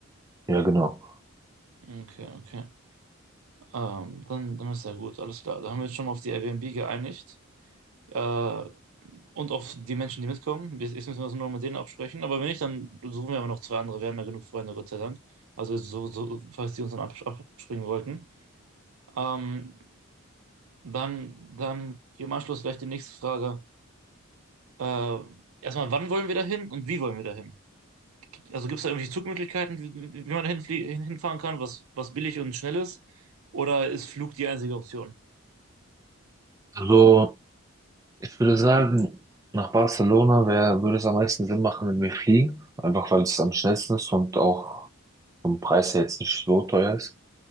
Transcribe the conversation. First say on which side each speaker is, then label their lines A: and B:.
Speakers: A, on the right; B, on the right.
A: Ja, genau.
B: Okay, okay. Ähm, dann, dann ist ja gut, alles klar. Da haben wir uns schon mal auf die Airbnb geeinigt. Äh, und auf die Menschen, die mitkommen. Jetzt jetzt müssen wir uns noch mit denen absprechen. Aber wenn nicht, dann suchen wir aber noch zwei andere. Wir haben ja genug Freunde, Gott sei Dank. Also so, so, falls die uns dann abs- abspringen wollten. Ähm, dann, dann hier im Anschluss gleich die nächste Frage. Äh, erstmal, wann wollen wir da hin und wie wollen wir da hin? Also gibt es da irgendwelche Zugmöglichkeiten, wie, wie wie man da hinflie- hin, hinfahren kann, was, was billig und schnell ist? Oder ist Flug die einzige Option?
A: Also, Ich würde sagen, nach Barcelona wär, würde es am meisten Sinn machen, wenn wir fliegen. Einfach weil es am schnellsten ist und auch vom Preis her jetzt nicht so teuer ist.